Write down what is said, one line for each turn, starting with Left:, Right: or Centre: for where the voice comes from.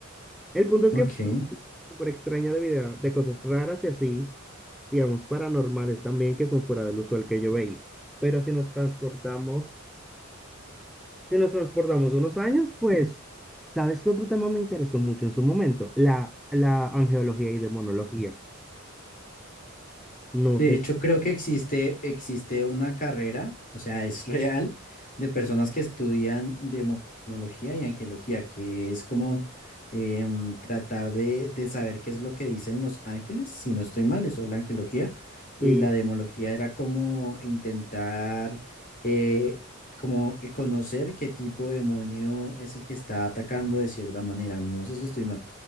Centre: El punto es
Left: Ok.
Centre: que fue una época súper extraña de vida, de cosas raras y así, digamos, paranormales también, que son fuera del usual que yo veía. Pero si nos transportamos, si nos transportamos unos años, pues, ¿sabes qué otro tema me interesó mucho en su momento? La, la angeología y demonología. No
Left: De
Centre: sé
Left: hecho, creo que existe, existe una carrera, o sea, es real, de personas que estudian demonología y angelología, que es como em, tratar de, de saber qué es lo que dicen los ángeles, si no estoy mal, eso es la angelología.
Centre: si,
Left: Y la demología era como intentar eh, como eh, conocer qué tipo de demonio es el que está atacando de cierta manera. No sé si estoy mal.